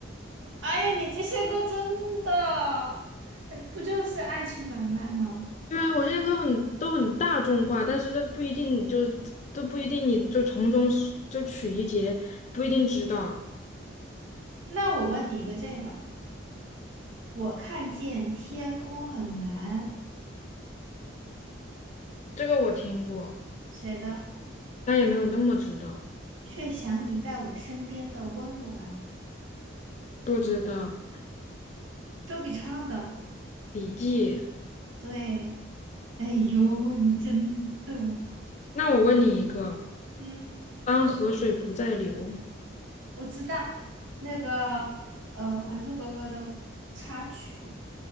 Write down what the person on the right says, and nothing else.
哎呀，你这些歌真的，哎不就是爱情买卖吗？
那我问你一个这个，我看见天空很蓝，
谁的？
却想你在我身边的温暖，
周笔畅的。
对，哎呦，你真的，
嗯，
我知道那个呃，《还珠格格》的插曲